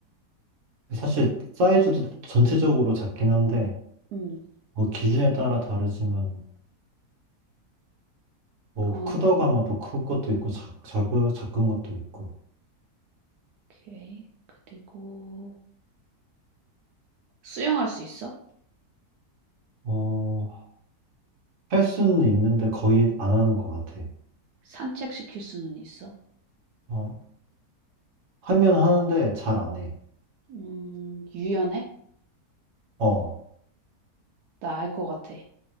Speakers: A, on the right (about 55°); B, on the right (about 80°).
A: 사실 사이즈도 전체적으로 작긴 한데,
B: 음.
A: 뭐 기준에 따라 다르지만, 뭐
B: 어
A: 크다고 하면 또 큰 것도 있고, 작, 작, 작은 것도 있고.
B: 오케이. 그리고 수영할 수 있어?
A: 어, 할 수는 있는데 거의 안 하는 것 같아.
B: 산책시킬 수는 있어?
A: 어, 하면 하는데 잘 안 해.
B: 음, 유연해?
A: 어.
B: 나 알 것 같아.